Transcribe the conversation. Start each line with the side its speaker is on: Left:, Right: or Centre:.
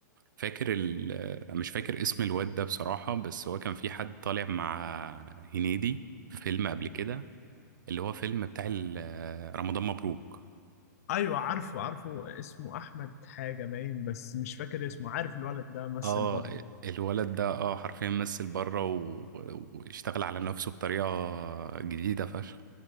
Right: فاكر ال... مش فاكر اسم الواد ده بصراحة بس هو كان في حد طالع مع هنيدي في فيلم قبل كده اللي هو فيلم بتاع ال- رمضان مبروك
Left: ايوه عارفه عارفه اسمه احمد حاجة باين بس مش فاكر اسمه عارف الولد ده مثل
Right: اه
Left: بره
Right: الولد ده اه حرفيا مثل بره و... واشتغل على نفسه بطريقة جديدة فشخ